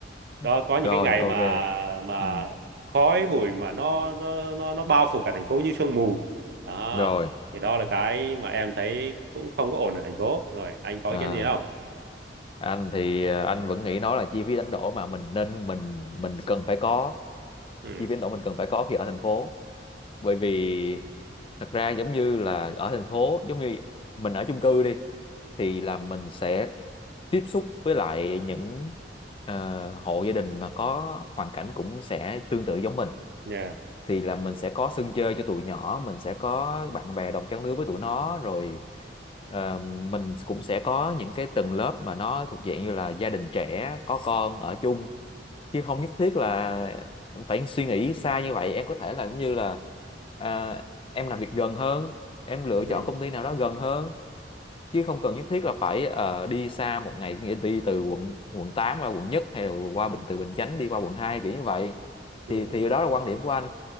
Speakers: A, on the right; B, on the left.
A: đó
B: <laughs>
A: có
B: rồi
A: những cái ngày
B: ok
A: mà mà
B: ừ
A: khói bụi mà nó nó nó nó bao phủ cả thành phố như sương mù đó
B: rồi
A: thì đó là cái mà em thấy cũng không có ổn ở thành phố rồi anh có
B: à
A: ý kiến gì không
B: anh thì à, anh vẫn nghĩ nó là chi phí đánh đổi mà mình nên mình mình cần phải có
A: ừ
B: chi phí đánh đổi mình cần phải có khi ở thành phố bởi vì thật ra giống như là ở thành phố giống như mình ở chung cư đi thì là mình sẽ tiếp xúc với lại những ờ, hộ gia đình mà có hoàn cảnh cũng sẽ tương tự giống mình
A: yeah.
B: thì là mình sẽ có sân chơi cho tụi nhỏ mình sẽ có bạn bè đồng trang lứa với tụi nó rồi ờ, mình cũng sẽ có những cái tầng lớp mà nó thuộc dạng như là gia đình trẻ có con ở chung chứ không nhất thiết là phải suy nghĩ xa như vậy em có thể là giống như là à, em làm việc gần hơn em lựa
A: ừ
B: chọn công ty nào đó gần hơn chứ không cần nhất thiết là phải ờ, đi xa một ngày nghĩa đi từ quận quận 8 qua quận nhất hay là qua Bình từ Bình Chánh đi qua quận 2 kiểu như vậy
A: ừ
B: thì thì đó là quan điểm của anh